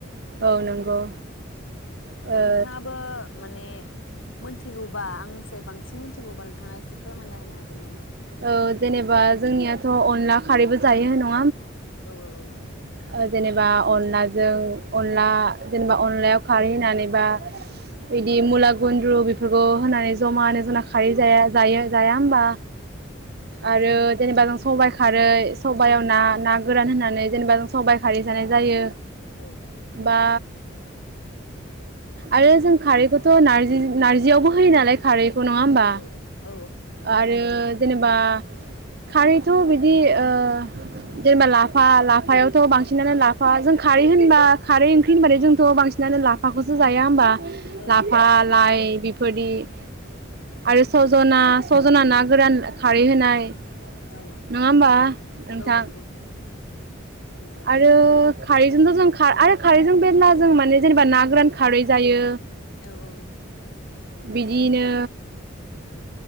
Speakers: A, on the right (about 50°); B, on the left (about 85°).
A: औ नंगौ ओ
B: नोंथाङाबो माने मिथिगौबा आंनिफ्राय बांसिन मि मिथिगौबा नोंथाङा एसे फोरमायना होनो हागोन नामा?
A: औ जेनेबा जोंनियाथ' अनला खारैबो जायो न
B: औ औ औ औ
A: ओ जेनेबा अनलाजों अनला जेनेबा अनलायाव खारै होनानै बा बिदि मुला गुन्द्रु बेफोरखौ होनानै जमा होनानो जना खारै जाया जायो जाया होनोमबा
B: औ
A: आरो
B: जायो
A: जेनेबा <unintelligible> सबायाइ खारै सबायाव ना
B: औ
A: ना गोरान होननानै जेनबा जों सबायाइ खारै जानाय जायो
B: औ
A: बा आरो जों खारैखौथ' नारजि नारजियावबो होयो नालाय खारैखौ नङा होमबा
B: औ औ
A: आरो यो जेनेबा खारैथ' बिदि ओ जेनेबा लाफा लाफायावथ' बांसिनानो लाफा जों खारै होनबा खारै ओंख्रि होनबानो जोंथ' बांसिनानो लाफाखौसो जाया होमबा लाफा
B: औ
A: लाइ बि फोरबायदि आरो
B: औ
A: सजना सजना ना गोरान खारै होनाय
B: औ
A: नङा होमबा नोंथां
B: औ नंगौ नंगौ
A: आरो खारैजोंथ' जोंखा आरो खारैजों बेरला जों माने जेनेबा ना गोरान खारै जायो
B: औ औ
A: बिदिनो
B: ओं